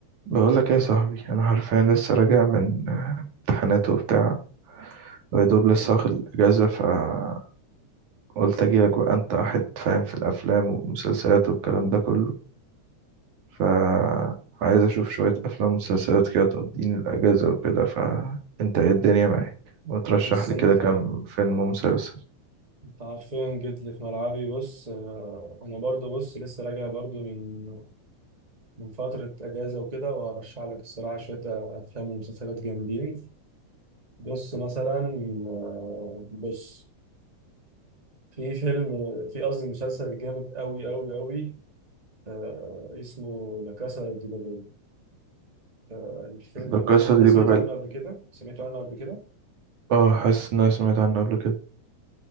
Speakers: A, on the right; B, on the right.
A: بقول لك ايه يا صاحبي انا حرفيا لسه راجع من آه، امتحانات وبتاع ويدوب لسه واخد الاجازه فقلت اجيلك بقى انت واحد فاهم في الافلام والمسلسلات والكلام ده كله فعايز اشوف شويه افلام ومسلسلات كده تقضيني الاجازه وكده فانت ايه الدنيا معاك وترشح
B: بس
A: لي
B: انت
A: كده كام فيلم ومسلسل
B: انت حرفيا جيت لي في ملعبي بص آه، انا برضو بص لسه راجع برضو من من فترة اجازة وكده وهرشح لك الصراحة شوية افلام ومسلسلات جامدين بص مثلا آه، بص في فيلم في قصدي مسلسل جامد قوي قوي قوي آه، اسمه لا كاسا دي بابل آه، الفيلم
A: ده
B: المسلسل
A: قصة
B: ده
A: دي
B: سمعت
A: ببال
B: عنه قبل كده سمعت عنه قبل كده
A: اه حاسس ان انا سمعت عنه قبل كده